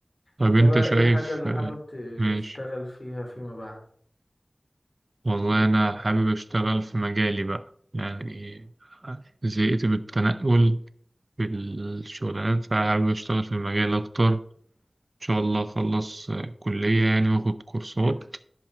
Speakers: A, on the right; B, on the left.
A: طب
B: انت
A: أنت
B: بقى
A: شايف
B: ايه الحاجة اللي
A: آه،
B: حابب ت-
A: ماشي
B: تشتغل فيها فيما بعد
A: والله
B: يعني انت
A: أنا حابب أشتغل في مجالي بقى يعني زهقت من التنقل في الشغلانات فحابب أشتغل في المجال أكتر إن شاء الله أخلص آه، كلية يعني وآخد كورسات